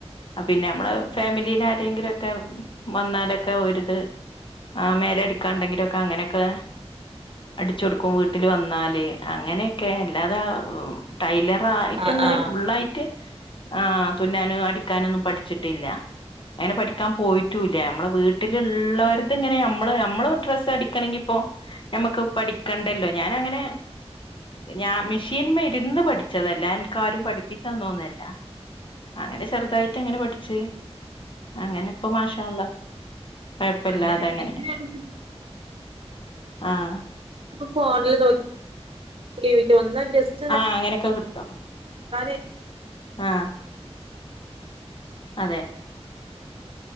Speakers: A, on the left; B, on the right.
A: അ പിന്നെ നമ്മള് ഫാമിലിലാരെങ്കിലൊക്കെ വന്നാലൊക്കെ ഓര്ത് ആ മേലെ അടിക്കാണ്ടെങ്കിലൊക്കെ അങ്ങനൊക്കെ അടിചൊടുക്കും വീട്ടില് വന്നാല് അങ്ങനെയൊക്കെ അല്ലാതെ ടൈലർ റായ്റ്റും
B: ആ
A: ഇങ്ങനെ
B: ആ
A: ഫുള്ളായ്റ്റ് ആ തുന്നാനോ അടിക്കാനൊന്നും പഠിച്ചിട്ടില്ല അങ്ങനെ പഠിക്കാൻ പോയ്റ്റുല്ല ഞമ്മള് വീട്ടിലുള്ളോരത് ഇങ്ങനെ നമ്മള് നമ്മള് ഡ്രസ്സ് അടിക്കണെങ്കി ഇപ്പൊ ഞമ്മക്ക് പഠിക്കണ്ടല്ലോ ഞാനങ്ങനെ ഞാൻ മിഷീൻമ്മിരുന്ന് പഠിച്ചതല്ല എൻക്കാരും പഠിപ്പിച്ചന്നോന്നല്ല അങ്ങനെ ചെറുതായിറ്റങ്ങനെ പഠിച്ച് അങ്ങനെ ഇപ്പ മാഷാഅല്ലാഹ്‌ കൊഴപ്പല്ലാതങ്ങനെ
B: അങ്ങനെ പിന്നെ നമുക്ക്
A: ആഹ
B: ഇപ്പ ഫോണ്ല് നോക്കി ഒന്ന ജസ്റ്റ്‌
A: ആഹ അങ്ങനൊക്കെ കിട്ടും
B: <inaudible>
A: ആഹ അതെ